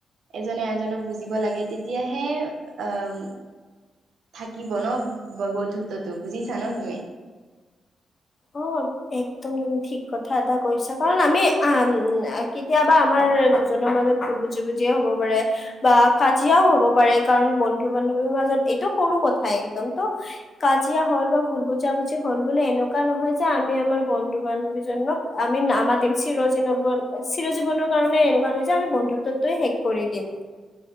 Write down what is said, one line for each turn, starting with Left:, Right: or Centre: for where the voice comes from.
Right: এজনে এজনক বুজিব লাগে তেতিয়াহে আহ থাকিব ন বন্ধুত্বটো বুজিছা ন তুমি
Left: অ একদম তুমি ঠিক কথা এটা কৈছা কাৰণ আমি উ কেতিয়াবা আমাৰ দুজনৰ মাজত বুজ বুজিয় হব পাৰে বা কাজিয়াও হ'ব পাৰে কাৰণ বন্ধু বন্ধু বান্ধৱীৰ মাজত এইটো সৰু কথাই একদম ত কাজিয়া হ'ল বা ভুল বুজাবুজি হল বোলে এনেকুৱা কা নহয় যে আমি আমাৰ বন্ধু বান্ধৱীজনক আমি আমাৰ তিমচি ৰজ ন চিৰ জীৱনক কাৰণে এনেকুৱা নহয় যে আমি বন্ধুত্বত ত শেষ কৰি দিম